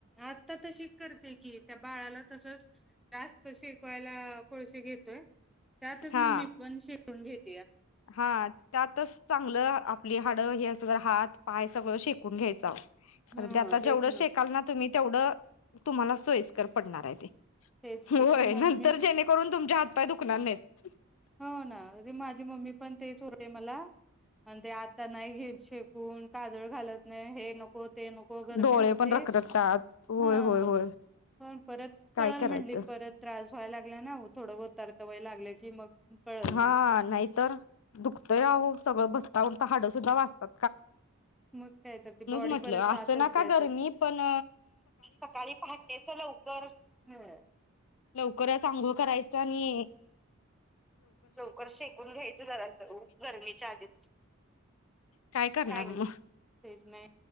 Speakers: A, in the centre; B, on the left.
A: आता तशीच करते की त्या बाळाला, तसच जास्त शिकवायला कोळशी घेतोय. त्यातच
B: हा
A: मग मी पण कुन घेतो
B: हा त्यातच चांगलं आपली हाड हे अस हात पाय सगळं शेकून घ्यायंच कारण
A: ह
B: ते आता
A: तेच
B: जेवढं शेकाल ना तुम्ही तेवढं तुम्हाला सोयस्कर पडणार आहे ते
A: तेच
B: होय
A: किती मम्मी
B: नंतर जेणेकरून तुमच्या हात काय दुकनार नाहीत
A: हो ना माझी मम्मी पण तेच होतंय मला म्हण ते आता नाही घे श कोण काजळ घालत नाही हे नको ते नको गरमी
B: डोळे
A: होते
B: पण रखरखतात होय
A: हा
B: होय होय
A: पण परत
B: काय
A: कळल
B: करायचं
A: म्हटली परत त्रास व्हायला लागला ना थोड होतरत वय लागलं की मग, कळल
B: हा
A: म्हणते
B: नाहीतर दुखतय राहो सगळं बसता हाड सुद्धा वाचतात.
A: मग काय तर त बॉडी
B: म्हटलं
A: परत सातच
B: असं नका
A: द्याेतात
B: गरमी पण
A: सकाळी पहाटेच लवकर ह
B: लव करच आंघोळ करायचं आणि
A: लवकर शेकून घ्यायच जरा उ गरमीच्या आधीच,
B: काय करणार
A: <unintelligible>
B: मग
A: तेच ना